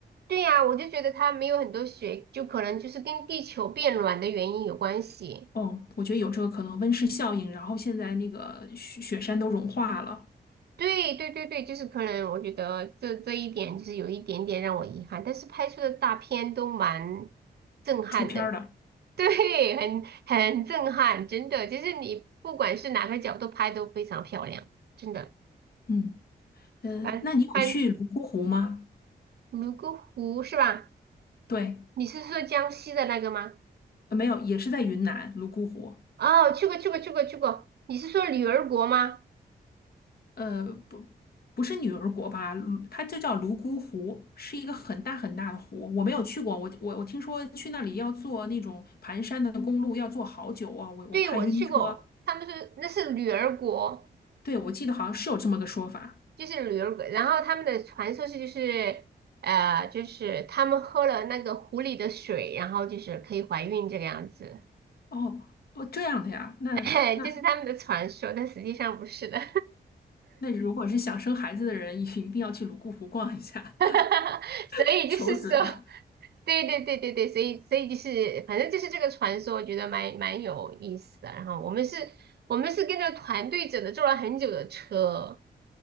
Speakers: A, on the right; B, on the left.
A: 对呀，我就觉得它没有很多雪，就可能就是跟地球变暖的原因有关系。
B: 哦，我觉得有这个可能，温室效应，然后现在那个雪雪山都融化了，
A: 对对对对，就是可能我觉得这这一点就是有一点点让我遗憾，但是拍出的大片都蛮震撼的，
B: 出片儿了。
A: <laughs> 对，很很震撼，真的，就是你不管是哪个角度拍都非常漂亮，真的。
B: 嗯呃，
A: 反反
B: 那你有去泸沽湖吗？
A: 泸沽湖是吧？
B: 对，
A: 你是说江西的那个吗？
B: 呃没有，也是在云南泸沽湖。
A: 哦，去过去过去过去过，你是说女儿国吗？
B: 呃，不，不是女儿国吧？泸它就叫泸沽湖，是一个很大很大的湖。我没有去过，我我我听说去那里要坐那种盘山的公路，要坐好久啊，我我怕晕车。
A: 对，我去过，他们说那是女儿国，
B: 对，我记得好像是有这么个说法。
A: 就是女儿国。然后他们的传说是就是，呃，就是他们喝了那个湖里的水，然后就是可以怀孕这个样子，
B: 哦，哦，这样的呀，那那
A: <laughs> 就是他们的传说，但实际上不是的。
B: 那，如果是想生孩子的人，一定要去泸沽湖逛一下，
A: <laughs> 所以就是说，
B: <laughs> 求子的。
A: 对对对对对，所以所以就是反正就是这个传说，我觉得蛮蛮有意思的。然后我们是，我们是跟着团队走的，坐了很久的车。